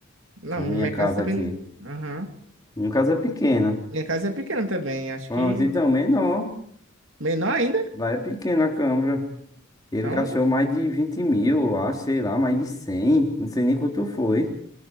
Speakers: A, on the right (about 65°); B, on the left (about 20°).
A: Não,
B: Que é a
A: minha
B: minha casa
A: casa também.
B: aqui.
A: Aham.
B: Minha casa é pequena.
A: Minha casa é pequena também, acho
B: Pronto,
A: que
B: então, menor.
A: menor ainda.
B: Lá é pequena a câmera. Ele
A: Então,
B: gastou mais de 20 mil, eu acho, sei lá, mais de 100, Não sei nem quanto foi.